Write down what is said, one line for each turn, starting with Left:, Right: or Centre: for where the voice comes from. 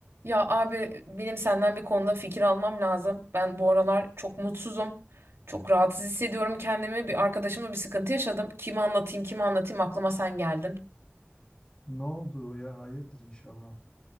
Right: Ya abi benim senden bir konuda fikir almam lazım. Ben bu aralar çok mutsuzum. Çok rahatsız hissediyorum kendimi. Bir arkadaşımla bir sıkıntı yaşadım. Kime anlatayım, kime anlatayım aklıma sen geldin.
Left: Ne oldu ya? Hayırdır inşallah.